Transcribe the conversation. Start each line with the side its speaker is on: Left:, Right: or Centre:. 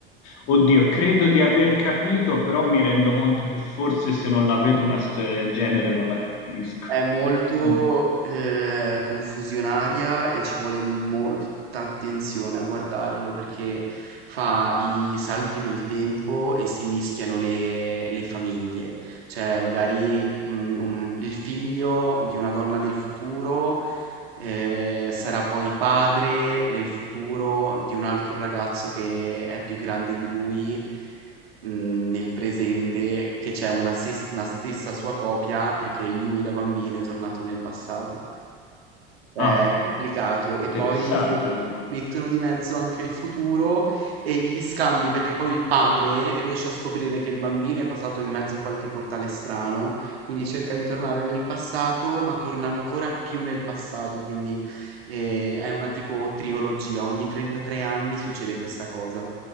Left: oddio, credo di aver capito, però mi rendo conto che forse se non la vedo una storia del genere non la capisco.
Right: È molto,
Left: Sem-
Right: ehm, confusionaria e ci vuole molta attenzione a guardarlo perché fa i salti nel tempo e si mischiano le le famiglie. Cioè magari, mhmm, un il figlio di una donna del futuro eh, sarà poi padre nel futuro di un altro ragazzo che è più grande di lui, mm, nel presente, che c'è una, ses- una stessa sua copia perché lui da bambino è tornato nel passato. Cioè,
Left: Ah,
Right: è
Left: oh,
Right: complicato. E
Left: interessante
Right: poi
Left: comunque.
Right: mettono di mezzo anche il futuro e gli scambi, perché poi il padre riesce a scoprire che il bambino è passato in mezzo a qualche portale strano, quindi cerca di tornare nel passato, ma torna ancora più nel passato, quindi eh, è una tipo trilogia. Ogni 33 anni succede questa cosa.